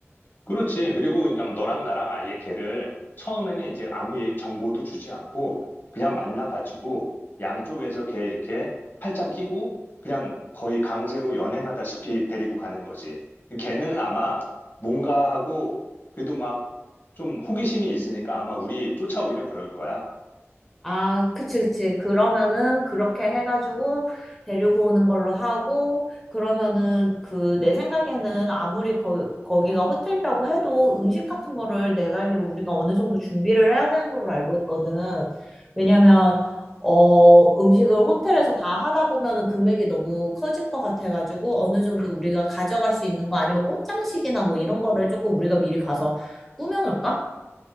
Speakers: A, on the left; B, in the centre.
A: 그렇지. 그리고 그냥 너랑 나랑 아예 걔를 처음에는 이제 아무 얘기, 정보도 주지 않고 그냥 만나가지고 양쪽에서 걔 이렇게 팔짱 끼고 그냥 거의 강제로 연행하다시피 데리고 가는 거지. 걔는 아마 뭔가 하고 그래도 막 좀 호기심이 있으니까 아마 우리 쫓아오려 그럴 거야.
B: 아, 그치, 그치. 그러면은 그렇게 해가지고 데리고 오는 걸로 하고, 그러면은 그 내 생각에는 아무리 거, 거기가 호텔이라고 해도 음식 같은 거를 내가 알기로 우리가 어느 정도 준비를 해야 되는 걸로 알고 있거든. 왜냐면, 어, 음식을 호텔에서 다 하다 보면은 금액이 너무 커질 것 같아가지고 어느 정도 우리가 가져갈 수 있는 거 아니면 꽃장식이나 뭐 이런 거를 조금 우리가 미리 가서 꾸며놓을까?